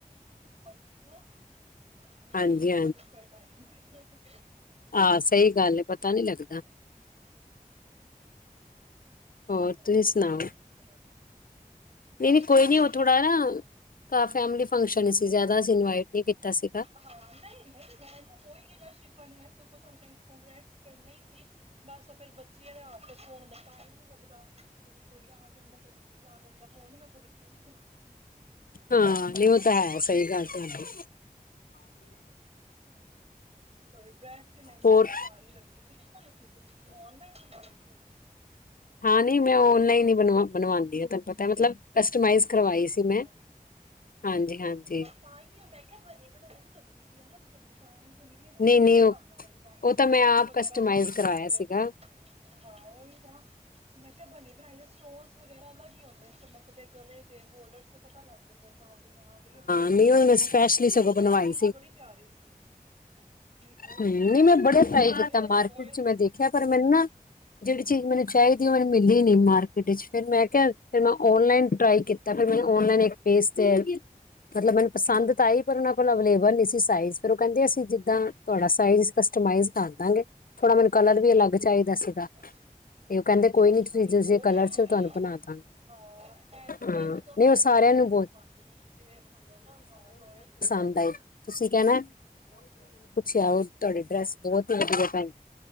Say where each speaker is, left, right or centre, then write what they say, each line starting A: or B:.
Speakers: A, on the right (about 45°); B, on the left (about 70°).
A: ਅੱਛਾ! ਸਗੋਂ ਨਿਕਲ
B: ਹਾਂਜੀ
A: ਈ ਜਾਂਦਾ ਵੇਖੋ ਢਾਈ ਮ੍ਹੀਨੇ
B: ਆ ਸਹੀ ਗੱਲ ਏ, ਪਤਾ ਨੀ ਲੱਗਦਾ। ਹੋਰ,
A: ਸਹੀ
B: ਤੁਹੀ
A: ਬਾਤ
B: ਸੁਣਾਓ?
A: ਹੈ ਚਲੋ ਬਸ
B: ਨਈ-ਨਈ, ਕੋਈ ਨੀ ਓ ਥੋੜਾ ਨਾ, ਕਾ ਫੈਮਿਲੀ ਫੰਕਸ਼ਨ ਸੀ, ਜਾਦਾ ਅਸੀ ਇਨਵਾਈਟ ਨੀ ਕੀਤਾ ਸੀਗਾ।
A: ਹਾਂ, ਨਈ-ਨਈ ਮੈਂਨੂੰ ਕੋਈ ਗਿਲਾ ਸ਼ਿਕਵਾ ਨੀ, ਮੈਂ ਸਗੋਂ ਤਾਨੂੰ ਕੋੰਗ੍ਰੈਟਸ ਕਰਨਾ ਈ ਸੀ। ਬਸ ਓ ਫੇਰ ਬੱਚੇਆਂ ਦੇ ਹੱਥ'ਚ ਫੋਣ ਹੁੰਦਾ, ਟਾਈਮ ਨੀ ਲੱਗਦਾ। ਕਦੀ ਕੋਈ ਆ ਜਾਂਦਾ, ਕਦੀ ਕੋਈ ਆ ਜਾਂਦਾ, ਹੋਣ ਮੈਂ ਥੋੜੀ ਫ੍ਰੀ ਆਂ।
B: ਹਾਂ, ਨਈ ਓ ਤਾਂ ਹੈ, ਸਹੀ ਗੱਲ ਤੁਹਾਡੀ।
A: ਤੁਹਾਡੀ ਡਰੈਸ ਵੀ ਮੈਨੂੰ
B: ਹੋਰ
A: ਤ ਏਨੀ ਪਿਆਰੀ ਲੱਗੀ ਸੀ, ਕਿੱਥੋਂ ਲਿੱਤੀ ਸੀ ਤੁਸੀ ਔਨਲਾਈਨ ਲਿੱਤੀ ਸੀ?
B: ਹਾਂ, ਨਈ, ਮੈਂ ਔਨਲਾਈਨ ਈ ਬਣਵਾ ਬਣਵਾਨੀ ਤੈਨ ਪਤਾ ਮਤਲਬ ਕਸਟਮਾਈਜ਼ ਕਰਵਾਈ
A: ਅੱਛਾ
B: ਸੀ ਮੈਂ, ਹਾਂਜੀ-ਹਾਂਜੀ।
A: ਤਾਂਈ ਵੀ ''ਮੈਂ ਕਿਹਾ ਬਨੀ-ਬਣਾਈ ਨੀ ਲਗਦੀ ਪਈ ਆ, ਹੈਨਾ ਮਤਲਬ ਡਿ ਤਾਂਈ ਨੀ ਦੇਖੋ
B: ਨਹੀਂ ਨਹੀਂ
A: ਪਤਾ ਲੱਗ
B: ਉਹ
A: ਜਾਂਦਾ, ਡਿਜਾਈਨ
B: ਉਹ ਤਾਂ
A: ਸਟੋਨ
B: ਮੈਂ ਆਪ
A: ਵਗੈਰਾ
B: ਕਸਟਮਾਈਜ਼
A: ਅਲਗ ਈ ਚਮਕਦੇਨ।
B: ਕਰਵਾਇਆ ਸੀਗਾ
A: ਹਾਂ, ਓਹੀ ਤਾਂ। ''ਮੈਂ ਕਿਹਾ ਬਣੀ-ਬਣਾਈ ਦਾ ਸਟੋਨਸ ਵਗੈਰਾ ਅਲੱਗ ਈ ਹੁੰਦੇਨ, ਚਮਕ ਦੇ ਗਲੇ ਤੇ। ਬੋਰਡਰਸ'ਚ ਪਤਾ ਲੱਗ ਜਾਂਦਾ। ਹਾਂ, ਬਈ ਹਾਂ ਐ ਬਨੀ-ਬਨਾਈ
B: ਨਹੀਂ ਉਹ ਮੈਂ
A: ਏ,
B: ਸਪੈਸ਼ਲੀ
A: ਪਰ
B: ਸਗੋਂ
A: ਤੁਹਾਡੀ
B: ਬਣਵਾਈ
A: ਚੀਜ਼ ਬੜੀ ਪਿਆਰੀ ਸੀ। ਨਹੀਂ ਬਹੁਤ
B: ਹੂੰ,
A: ਪਿਆਰੀ
B: ਨਈ 'ਮੈਂ
A: ਚੀਜ਼
B: ਬੜੇ
A: ਸੀ ਤੁਹਾਡੀ
B: ਟਰਾਈ
A: ਐਵੇਂ
B: ਕੀਤਾ ਮਾਰਕੀਟ'ਚ
A: ਰੋਇਲ
B: ''ਮੈਂ ਦੇਖਿਆ ਪਰ ਮੈਨੁ ਨਾ ਜੇੜੀ ਚੀਜ਼ ਮੈਨੂੰ ਚਾਹੀਦੀ
A: ਅੱਛਾ
B: ਏ, ਓ ਮਿਲੀ ਨੀ ਮਾਰਕੀਟ ਇਚ, ਫੇਰ ਮੈਂ ਕਿਹਾ ਫੇਰ ਮੈਂ ਔਨਲਾਈਨ ਟਰਾਈ ਕੀਤਾ, ਫੇਰ ਮੈ ਔਨਲਾਈਨ ਪੇਜ ਤੇ, ਮਤਲਬ ਮੈਨੂੰ ਪਸੰਦ ਤਾਂ ਆਈ
A: ਅੱਛਾ
B: ਪਰ ਓਨਾਂ ਕੋਲ ਅਵੇਲੇਬਲ ਨੀ ਸੀ ਸਾਈਜ਼। ਫਿਰ ਓ ਕਹਿੰਦੇ ਅਸੀ ਜਿੱਦਾਂ, ਤੁਹਾਡਾ ਸਾਈਜ਼ ਕਸਟਮਾਈਜ਼ ਕਰ ਦਾਂਗੇ। ਥੋੜਾ ਮੈਨੂੰ ਕਲਰ ਵੀ ਅਲੱਗ ਚਾਹੀਦਾ ਸੀਗਾ।
A: ਅੱਛਾ ਅੱਛਾ
B: ਤੇ ਓ ਕਹਿੰਦੇ ਕੋਈ
A: ਅੱਛਾ
B: ਨੀ, ਤੁਸੀ
A: ਨਹੀਂ
B: ਜਿਸੇ
A: ਬਹੁਤ
B: ਕਲਰ'ਚ
A: ਅੱਛੀ
B: ਤੁਹਾਨੂੰ
A: ਸੀ
B: ਬਣਾ ਦਾਂਗੇ।
A: ਹਾਂ, ਇਹ
B: ਹਾਂ
A: ਇੱਕ ਦਮ
B: ਨਹੀਂ ਉਹ
A: ਐਵੇਂ
B: ਸਾਰਿਆਂ
A: ਰੋਇਲ
B: ਨੂੰ ਬਹੁਤ
A: ਲੁਕ ਆਂਦੀ ਜਿਵੇਂ, ਹੁੰਦਾ ਨਾ ਹਾਂ ਰੋਇਲ-ਰੋਇਲ।
B: ਹੁੰਦਾ ਹੈ, ਤੁਸੀਂ ਕਹਿਣਾ
A: ਬਹੁਤ ਪਿਆਰੀ ਸੀ।
B: ਤੇ ਆਓ ਤੁਹਾਡੇ ਡਰੈਸ ਬਹੁਤ ਵਧੀਆ
A: ਹਾਂ
B: ਪਾਈ।